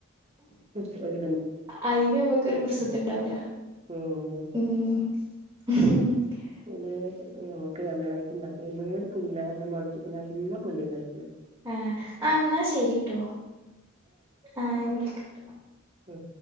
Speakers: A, on the right (about 30°); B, on the right (about 15°).
A: <unintelligible>
B: അയിന് ഓക്കൊരു പുറുസത്ത്ണ്ടാവുല.
A: ഉം
B: ഉം
A: ഇത് നമുക്ക് രണ്ടടായിട്ട് ഇണ്ടാക്കി വരുമ്പയ് പുല്ലായെടന്നാൾ ചിക്കുന്ന നല്ലം പുല്ലുണ്ടായിക്ക്ണ്
B: ആഹ് എന്നാ ശരിട്ടോ ആഹ് ഞാൻ വിളിക്കാം
A: ഉം